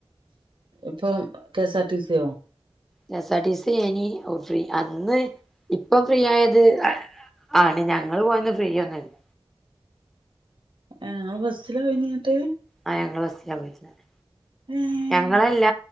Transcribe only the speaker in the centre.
K S R T C എനീ ഓഹ് ഫ്രീ അന്ന് ഇപ്പം ഫ്രീ ആയത് ആണ് ഞങ്ങള് പോയന്ന് ഫ്രീ ഒന്നുല്ല
ആ ഞങ്ങള് ബസ്സിലാ പോയിര്ന്നത്
ഞങ്ങളല്ല